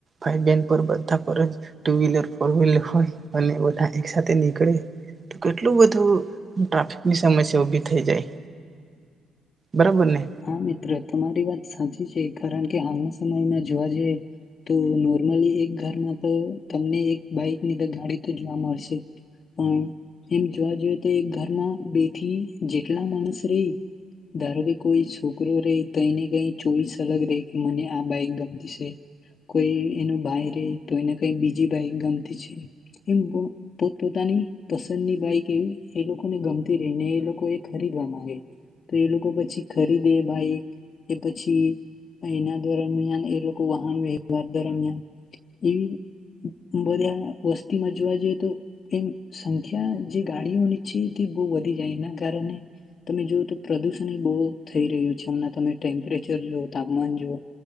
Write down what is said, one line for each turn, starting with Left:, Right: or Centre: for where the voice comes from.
Right: ભાઈ, બહેન પર બધા પર ચ ટુ વિલર, ફોર વિલર હોય, અને ઓલા એક સાથે નીકળે તો કેટલું બધું ટ્રાફિકની સમસ્યા ઉભી થઈ જાય. બરાબર ને
Left: હા મિત્ર તમારી વાત સાચી છે, કારણ કે હાલના સમયમાં જોવા જઈએ તો નોર્મલી એક ઘરમાં તો તમને એક બાઈક ની ત ગાડી તો જોવા મળશે. પણ એમ જોવા જોઈએ તો એક ઘરમાં બે થી જેટલા માણસ રેય દાર કે કોઈ છોકરો રે તો એને કઈ ચોઈસ અલગ રે કે મને આ બાઈક ગમતી છે, કોઈ એનો ભાઈ રે તો એને કઈ બીજી બાઈક ગમતી છે. એમ પોતપોતાની પસંદની બાઈક એવી એ લોકોને ગમતી રહી ને એ લોકો એ ખરીદવા માંગે. તો એ લોકો પછી ખરીદે બાઈક એ પછી એના દરમિયાન એ લોકો વાહન વ્યવહાર દરમિયાન એવી બધા વસ્તીમાં જોવા જઈએ તો એમ સંખ્યા જે ગાડીઓની છે તે બહુ વધી જાય એના કારણે તમે જોવઓ તો પ્રદૂષણ બહુ થઈ રહ્યું છે હમણાં તમે ટેમ્પરેચર જોુઓ તાપમાન જુઓ